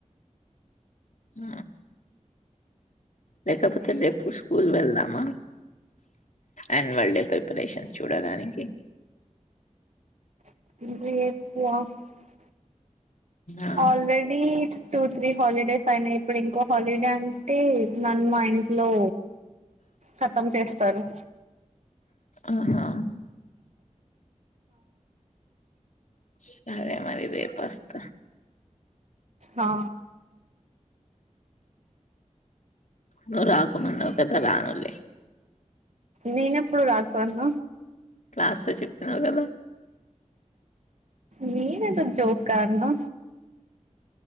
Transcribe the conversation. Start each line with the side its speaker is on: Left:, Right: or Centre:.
Left: ఉ లేకపోతే రేపు స్కూల్ వెళ్దామా ఆన్యువల్ డే ప్రిపరేషన్ చూడడానికి
Right: <unintelligible>
Left: ఆ
Right: ఆల్రెడీ టూ త్రీ హాలిడేస్ అయినా ఇప్పుడు ఇంకో హాలిడే అంటే నన్ను మా ఇంట్లో కతం చేస్తారు
Left: ఆహా సరే మరి రేపస్త
Right: హా
Left: నూరాకు మొన్న ఒక అతను రానులే
Right: నేను ఎప్పుడు రాకు అన్న
Left: క్లాస్లో చెప్పినావు కదా
Right: మీరెందుకు జోక్ గా ఆన్నా